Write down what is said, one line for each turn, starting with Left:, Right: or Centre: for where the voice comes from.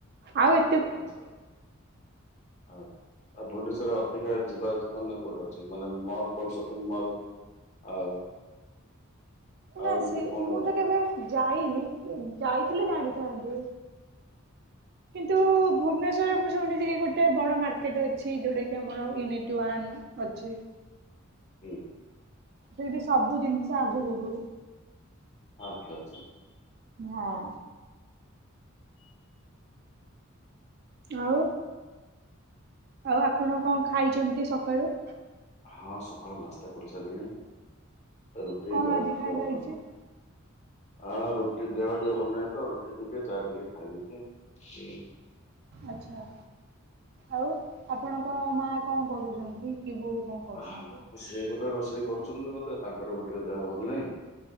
Right: ଆଉ ଏ
Left: ଆଛା ଆଛା। ଆଉ ଭୁବନେଶ୍ଵରରେ ଅଧିକା ଯିବା କୋଉଁଠି ଅଛି ମାନେ ମଲ ଫଲ ସପିଙ୍ଗ ମଲ? ଆଉ
Right: ନା
Left: ଆଉ ଏମିତି
Right: ସେ
Left: କଣ
Right: ମୁଁ
Left: ଗୋଟେ
Right: ତ କେବେ ଯାଇନି ଯାଇଥିଲେ ଜାଣିଥାନ୍ତି। କିନ୍ତୁ
Left: ଆଚ୍ଛା ଆଚ୍ଛା
Right: ଭୁବନେଶ୍ୱର ମୁଁ ଶୁଣିଛି କି ଗୋଟେ ବଡ଼ ମାର୍କେଟ ଅଛି। ଯୋଉଁଟା କି ଆମର ୟୁନିଟ ୱନ୍ ଅଛି।
Left: ହୁଁ।
Right: ସେଇଠି ସବୁ ଜିନିଷ ଆଭେଲେବୁଲ।
Left: ଆଛା ଆଛା।
Right: ହଁ। ଆଉ ଆଉ ଆପଣ କଣ ଖାଇଛନ୍ତି ସକାଳୁ।
Left: ହଁ ସକାଳୁ ନାସ୍ତା କରି ସାରିଲିଣି ରୁଟି
Right: କଣ
Left: ଜଳଖିଆ
Right: ଆଜି ଖାଇବା
Left: ଉଭୟ
Right: ହେଇଛି?
Left: <unintelligible> ହଁ ରୁଟି ଦେହ ଟିକେ ଭଲ ନାହିଁ ତ ରୁଟି ଟିକେ ତାହା ଟିକେ ଖାଇଦେଇଛି।
Right: ଆଛା ଆଉ ଆପଣଙ୍କ ମା କଣ କରୁଛନ୍ତି କି ବୋଉ? କଣ କରୁଛନ୍ତି?
Left: ହଁ ସେଏ ଗୋଟେ ରୋଷେଇ କରୁଛନ୍ତି ବୋଧେ ତାଙ୍କର ବି ଟିକେ ଦେହ ଭଲ ନାହିଁ।